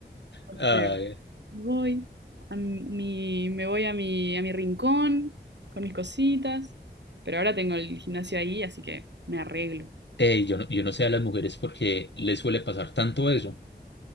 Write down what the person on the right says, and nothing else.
Así
que voy a mi, me voy a mi, a mi rincón con mis cositas, pero ahora tengo el gimnasio ahí, así que me arreglo.